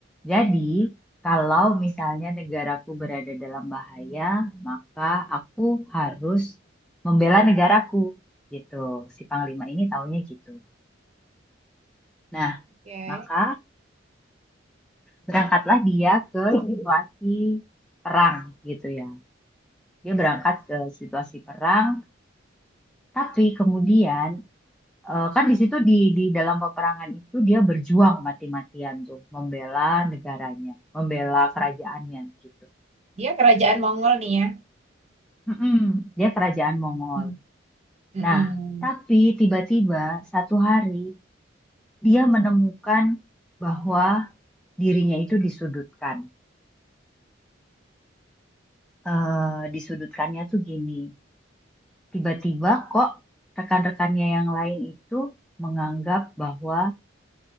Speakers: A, in the centre; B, on the right.
A: Jadi, kalau misalnya negaraku berada dalam bahaya, maka aku harus membela negaraku gitu. Si Panglima ini taunya gitu. Nah,
B: Oke.
A: maka berangkatlah dia ke situasi perang gitu ya. Dia berangkat ke situasi perang, tapi kemudian Eh, kan di situ di di dalam peperangan itu dia berjuang mati-matian tuh membela negaranya, membela kerajaannya gitu.
B: Dia kerajaan Mongol nih ya.
A: Mm-mm. Dia kerajaan Mongol.
B: Hmm. Mm-mm.
A: Nah, tapi tiba-tiba satu hari dia menemukan bahwa dirinya itu disudutkan. Eh, disudutkannya tuh gini, tiba-tiba kok rekan-rekannya yang lain itu menganggap bahwa